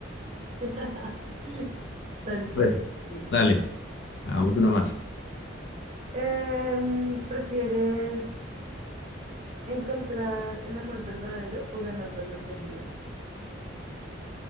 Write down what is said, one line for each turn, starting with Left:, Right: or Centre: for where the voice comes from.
Right: <laughs> Tal cual,
Left: Bueno,
Right: sí.
Left: dale, hagamos una más.
Right: Em, ¿prefieres encontrar el amor verdadero o ganar la lotería?